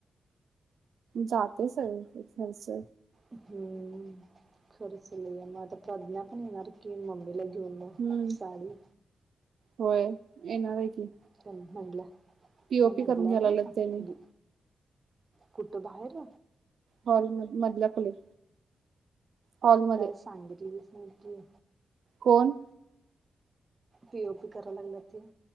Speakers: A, on the right; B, on the right.
A: जात सर घच
B: हम्म. खर्च लय म आता प्रज्ञा पण येणार की मम्मीला घेऊन म
A: हम्म
B: साडी.
A: होय येणार आहे की
B: च म्हणलं.
A: पीओपी
B: काय म्हटलं
A: करून घ्यायला लागलेत
B: म्हण.
A: त्यांनी
B: कुट बाहेर.
A: हॉल म मधला खोलीत. हॉलमध्ये
B: काय सांगीतली. माजे
A: कोण.
B: पीओ पी करा लागल्यात ते.